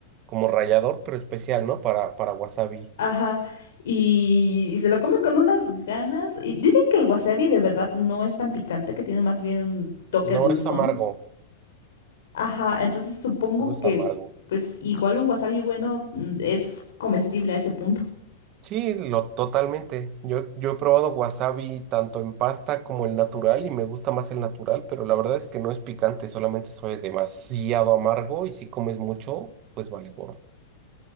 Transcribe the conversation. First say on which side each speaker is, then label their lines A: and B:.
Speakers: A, on the right; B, on the left.
A: como rallador, pero especial, ¿no? Para, para wasabi.
B: Ajá, y, y se lo come con unas ganas. Y dicen que el wasabi de verdad no es tan picante, que tiene más bien un toque dulzón.
A: No es amargo,
B: Ajá, entonces supongo
A: no es
B: que
A: amargo.
B: pues igual un wasabi bueno mm, es comestible a ese punto.
A: Sí, lo totalmente. Yo, yo he probado wasabi tanto en pasta como el natural y me gusta más el natural, pero la verdad es que no es picante, solamente sabe demasiado amargo y si comes mucho, pues vale gorro.